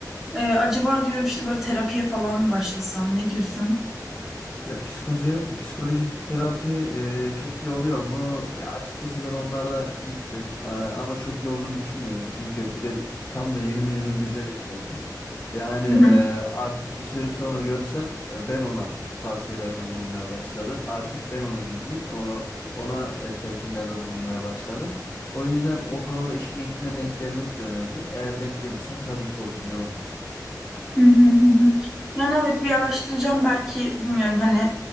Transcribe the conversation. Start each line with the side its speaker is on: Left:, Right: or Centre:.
Centre: Ee, acaba diyorum işte böyle terapiye falan mı başlasam? Ne diyorsun?
Left: Ya psikoloji, psikoloji terapi e, çok iyi oluyor mu? Ya açıkçası ben onlara da gittim E, ama çok iyi olduğunu düşünmüyorum. Çünkü bir de bi- tam da yeni mezun birine denk geldim. Yani e,
Centre: <laughs> Hı hı,
Left: artık bir süre sonra görsen e, ben ona tavsiyelerde bulunmaya başladım. Artık ben onu dinleyip o, ona e, telkinlerde bulunmaya başladım. O yüzden o konuda işin ehline denk gelmek de önemli. Eğer denk gelirsen tabii ki olur. Niye olmaz?
Centre: hı hı, hı hı. Yani evet bir araştıracağım belki bilmiyorum hani